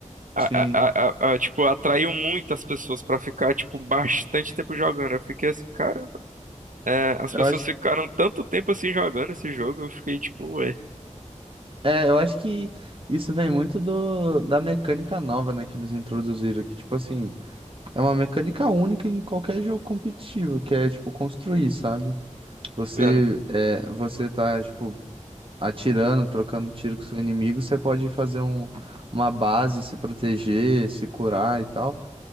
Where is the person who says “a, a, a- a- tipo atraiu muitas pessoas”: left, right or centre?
Right